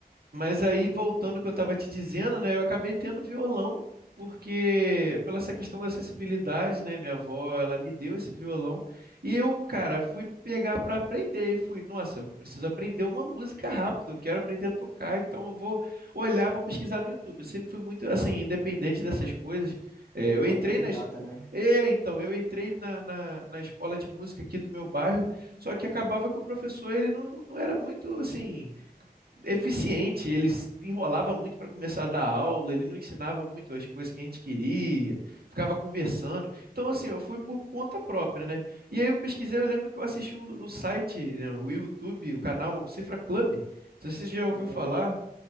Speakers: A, on the right; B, on the left.
A: Mas aí, voltando ao que eu estava te dizendo, né, eu acabei tendo violão, porque pela essa questão da acessibilidade, né, minha avó, ela me deu esse violão, e eu, cara, fui pegar para aprender, e fui, nossa, eu preciso aprender uma música rápido, eu quero aprender a tocar, então eu vou olhar, vou pesquisar no YouTube. Eu sempre fui muito, assim, independente dessas coisas. É, eu entrei
B: autodidata,
A: nas...
B: né?
A: É, então, eu entrei na, na, na escola de música aqui do meu bairro, só que acabava que o professor, ele não, não era muito, assim eficiente, ele s- enrolava muito para começar a dar aula, ele não ensinava muito as coisas que a gente queria, ficava conversando. Então, assim, eu fui por conta própria, né? E aí eu pesquisei, eu lembro que eu assisti o, o site, né, o YouTube, o canal Cifra Club. Não sei se você já
B: Caramba.
A: ouviu falar.